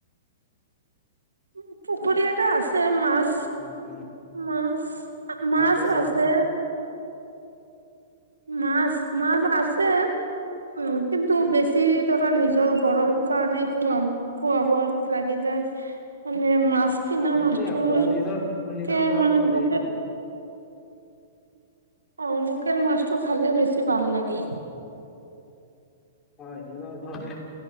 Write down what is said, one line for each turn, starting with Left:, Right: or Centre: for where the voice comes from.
Right: উম, পুখুৰী এটা আছে মাছ
Left: উম।
Right: মাছ, মাছ
Left: তাছ কেনে
Right: আছে মাছ, মাছ আছে উম, কিন্তু বেছি ধৰা নিজৰ গৰৰ কাৰণেই খুৱাম। খোৱা বোৱাত লাগি যায়। মানে মাছ কিনা
Left: অ', সেইটোয়ে
Right: মাষ্টৰ
Left: খোৱা নিজৰ নিজৰ
Right: কে
Left: খোৱাটো
Right: মানে
Left: হ'লেই
Right: বুকে
Left: হ'ল।
Right: অ' লোকেল মাছটো খালে বেছি ভাল লাগে।
Left: হয়, নিজৰ ঘৰে